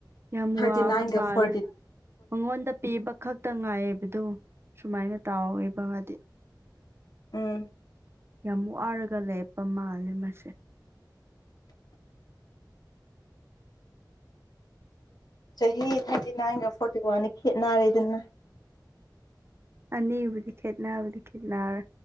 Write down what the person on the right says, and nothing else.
ꯌꯥꯝ
ꯋꯥꯕ
ꯃꯥꯜꯂꯦ
ꯃꯉꯣꯟꯗ ꯄꯤꯕ ꯈꯛꯇ ꯉꯥꯏꯕꯗꯣ ꯁꯨꯃꯥꯏꯅ ꯇꯥꯎꯦꯕꯒꯗꯤ
ꯌꯥꯝ ꯋꯥꯔꯒ ꯂꯔꯞꯄ ꯃꯥꯜꯂꯦ ꯃꯥꯁꯦ
ꯑꯅꯤꯕꯨꯗꯤ ꯈꯦꯠꯅꯕꯕꯨꯗꯤ ꯈꯦꯠꯅꯔꯦ